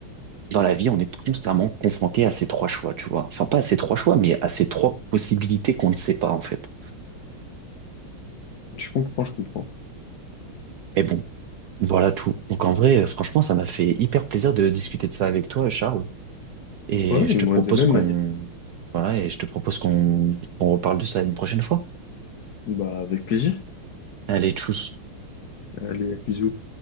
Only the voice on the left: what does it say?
Je comprends, je comprends.
Ouais,
moi,
de même,
Manil.
Bah, avec plaisir.
Allez, bisous.